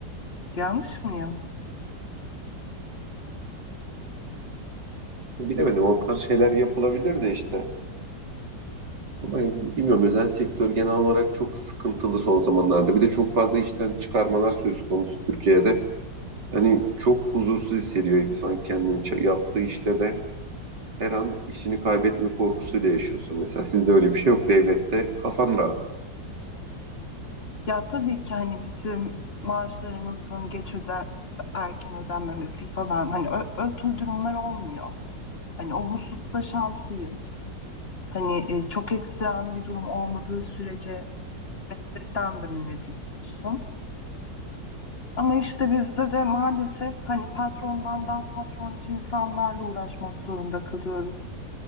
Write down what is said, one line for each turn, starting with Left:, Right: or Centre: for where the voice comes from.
Left: Yanlış mıyım?
Right: Bilemedim o tarz şeyler yapılabilir de işte. Ama bilmiyorum özel sektör genel olarak çok sıkıntılı son zamanlarda. Bir de çok fazla işten çıkarmalar söz konusu Türkiye'de. Hani çok huzursuz hissediyor insan kendini. Ç- Yaptığı işte de her an işini kaybetme korkusuyla yaşıyorsun. Mesela sizde öyle bir şey yok. Devlette kafan rahat.
Left: Ya tabii ki hani bizim maaşlarımızın geç öden erken ödenmemesi falan hani ö, ö tür durumlar olmuyor. Hani o hususta şanslıyız. Hani e, çok ekstrem bir durum olmadığı sürece meslekten de men ediliyorsun. Ama işte bizde de maalesef hani patrondan daha patroncu insanlarla uğraşmak zorunda kalıyoruz.